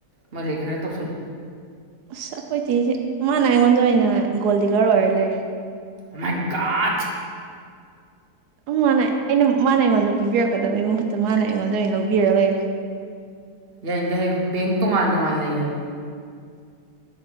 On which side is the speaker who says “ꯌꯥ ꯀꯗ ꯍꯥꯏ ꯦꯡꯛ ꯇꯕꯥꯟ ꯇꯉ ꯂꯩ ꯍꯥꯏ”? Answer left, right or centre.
Right